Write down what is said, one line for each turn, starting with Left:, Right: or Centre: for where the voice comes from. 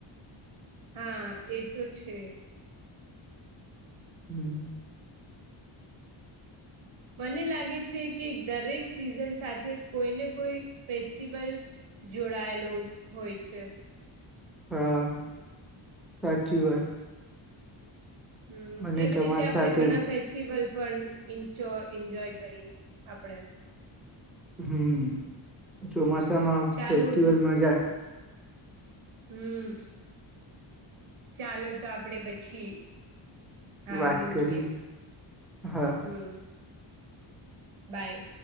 Right: હા એ તો છે.
Centre: હમ.
Right: મને લા ગે છે કે દરેક સિઝન સાથે કોઈને કોઈ ફેસ્ટિવલ જોડાયેલો હોય છે.
Centre: હા સાચી વાત.
Right: હમ
Centre: અને
Right: એવી
Centre: તમારી
Right: રીતે આપડે
Centre: સાથે
Right: ઘણા ફેસ્ટિવલ. પણ ઇચો એન્જોય કરી આપડે.
Centre: હમ. ચોમાસું સમા
Right: ચાલુ
Centre: ફેસ્ટિવલમાં જા
Right: હમ. ચાલો તો આપડે પછી હા
Centre: વાત
Right: મૂકીએ
Centre: કરી હા.
Right: હમ. બાય.